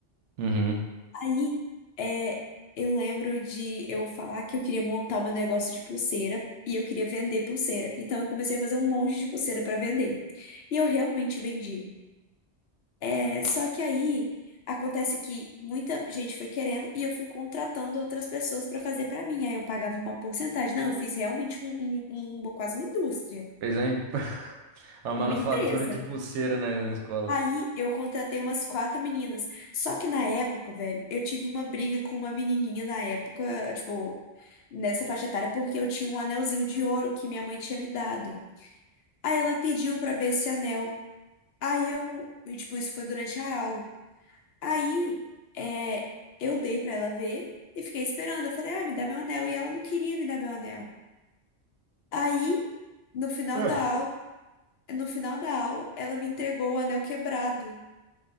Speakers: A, on the right; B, on the left.
A: Uhum.
B: Aí, é, eu lembro de eu falar que eu queria montar o meu negócio de pulseira e eu queria vender pulseira. Então, eu comecei a fazer um monte de pulseira para vender. E eu realmente vendia. É, só que aí acontece que muita gente foi querendo e eu fui contratando outras pessoas para fazer para mim. Aí eu pagava uma porcentagem. Não, eu fiz realmente um, um- um- quase uma indústria,
A: Fez a, imp- <laughs> a manufatura
B: uma empresa.
A: de pulseira na, na escola.
B: Aí eu contratei umas quatro meninas. Só que na época, velho, eu tive uma briga com uma menininha na época, tipo, nessa faixa etária, porque eu tinha um anelzinho de ouro que minha mãe tinha me dado. Aí ela pediu pra ver esse anel. Aí eu, e, tipo, isso foi durante a aula. Aí, é, eu dei pra ela ver e fiquei esperando. Eu falei, ah, me dá meu anel. E ela não queria me dar meu anel. Aí, no final
A: É.
B: da aula, no final da aula, ela me entregou o anel quebrado.